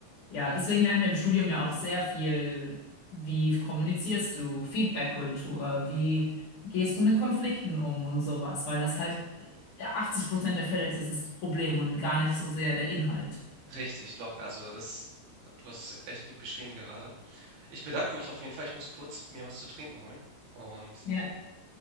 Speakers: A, on the left; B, on the right.
A: Ja,
B: Ja,
A: deswegen lernen wir im Studium ja auch sehr viel, wie kommunizierst du, Feedback-Kultur, wie gehst du mit Konflikten um und sowas, weil das halt äh, 80 Prozent der Fälle ist es das Problem und gar nicht so sehr der Inhalt.
B: richtig locker. Also das, du hast es echt gut beschrieben gerade. Ich bedanke mich auf jeden Fall. Ich muss kurz mir was zu trinken holen und
A: Ja,